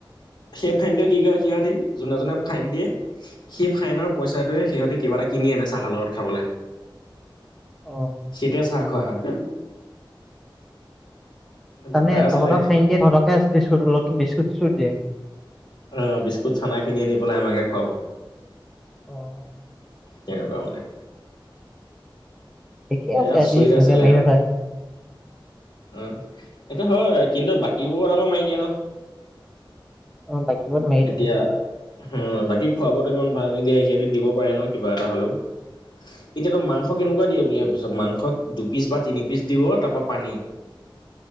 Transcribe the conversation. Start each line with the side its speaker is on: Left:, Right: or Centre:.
Left: সেই ফাইনটো কি কৰে সিহঁতি যোনে, যোনে ফাইন দিয়ে সেই ফাইনৰ পইচাটোৱে সিহঁতে কিবা এটা কিনি আনে চাহৰ লগত খাবলে
Centre: অ
Left: সেইটোৰে চাহ খোৱা হয়। লেজাৰ
Centre: তাৰমানে
Left: আছিলে
Centre: তহঁতক ফাইন দিয়ে তহতকে <unintelligible> বিস্কুত- চিচস্কুত দিয়ে?
Left: অ' বিস্কুট, চানা কিনি আনি পেলাই আমাকে খুৱাব।
Centre: অ',
Left: তেনেকুৱা মানে।
Centre: ঠিকে আছে
Left: এ আচৰিত
Centre: এটলিষ্ট নিজে
Left: আছিলে
Centre: মাৰি
Left: আৰু
Centre: নথয়
Left: উম, এইটো হয় কিন্তু বাকীবোৰত আকৌ মাৰি দিয়ে ন'।
Centre: অ বাকীবোৰত মাৰি দিয়ে
Left: এতিয়া হম, বাকী খোৱা বোৱাতো ইমান ভাল নিদিয়ে সিহঁতি দিব পাৰে ন' কিবা এটা হ'লেও এতিয়া তই মাংস কেনেকুৱা দিয়ে বুলি ভাবি ত' মাংসত দু পিচ বা তিনি পিচ দিব তাপা পানী